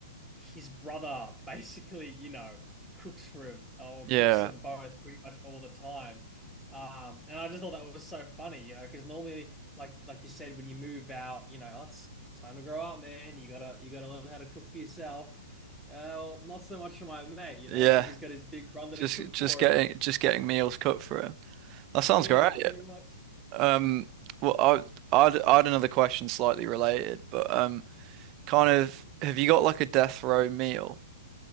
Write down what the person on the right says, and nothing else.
Yeah.
Yeah.
Just
just
getting
just getting meals cooked for him. That sounds
great.
Um. Well, I I'd, I'd another question slightly related, but um. kind of have you got like a death row meal?